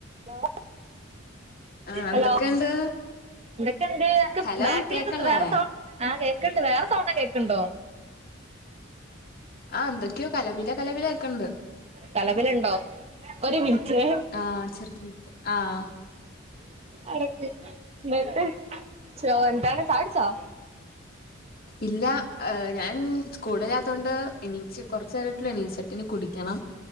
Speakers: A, on the right; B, on the left.
A: Hello
B: ആഹ് എന്തൊക്കെയുണ്ട്
A: hello ഇതൊക്കെ എന്ത് അനക്ക്
B: ഹലോ
A: ബാക്കിലെന്താ
B: കേക്കല്ലേ
A: വേറെ സോൺ ആഹ് കേക്ക്ണ്ട് വേറെ സൗണ്ടും കേക്ക്ണ്ടോ
B: ആഹ് എന്തക്കെ കലപില കലപില കേക്ക്ൺണ്ട്
A: കലപിലണ്ടോ ഒരുമിൻറ്റേ
B: ആഹ് ചെറുതായിട്ട് ആഹ്
A: അവിട്ക്ക് ന്ന്ട്ട് ചോ എന്താണ് ചായ കുടിച്ചോ
B: ഇല്ലാ എഹ് ഞാൻ സ്കൂളില്യത്തോണ്ട് എണീച്ച് കൊറച്ച് നേരായ്ട്ടുള്ളു എണീച്ചിട്ട് ഇനി കുടിക്യണം